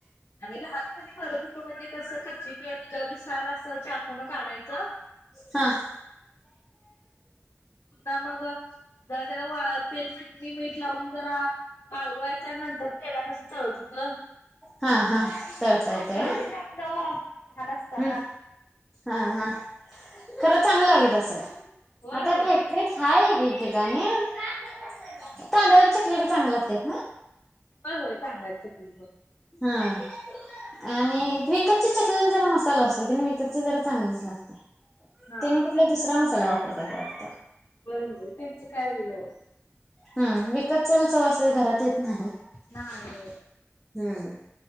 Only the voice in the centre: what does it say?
हं.
हा हा तळता येतंय
हा
हम्म हा हा खरं चांगलं
लागत असेल
आता
फॅ त्वरित हाय एकेक ठिकाणीतांदळाचं
चकले ब चांग लागतात ना.
हं, आणि विकतची चकलेला जरा मसाला असतोय कानी, विक तच जरा चांगलीच लागते.
त्याने कुठला दुसरा मसाला वापरता वाटत.
हं, विकत ल सवजत घरात येत नाही.
हम्म.